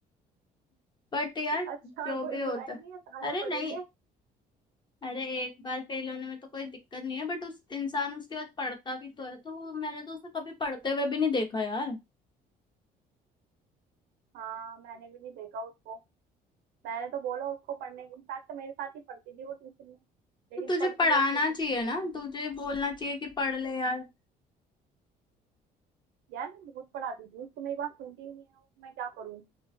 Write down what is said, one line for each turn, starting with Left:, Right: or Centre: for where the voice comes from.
Left: बट यार
Right: अच्छा
Left: जो
Right: कोई
Left: भी होता
Right: बुराई
Left: है
Right: नहीं है ताने
Left: अरे
Right: पड़ेंगे
Left: नहीं अरे एक बार फेल होने में तो कोई दिक्कत नहीं है बट उस इंसान उसके बाद पढ़ता भी तो है तो वो- मैंने तो उसे कभी पढ़ते हुए भी नहीं देखा यार
Right: हाँ मैंने भी नहीं देखा उसको मैंने तो बोला उसको पढ़ने के इनफैक्ट मेरे साथ ही पढ़ती थी वो ट्यूशन में लेकिन
Left: तो तुझे
Right: पढ़ती
Left: पढ़ाना
Right: वढ़ती कुछ
Left: चाहिए
Right: थी
Left: ना
Right: ही नहीं
Left: तुझे बोलना चाहिए कि पढ़ ले यार
Right: यार मैं बहुत पढ़ाती थी उसको मेरी बात सुनती ही नहीं है वो मैं क्या करूँ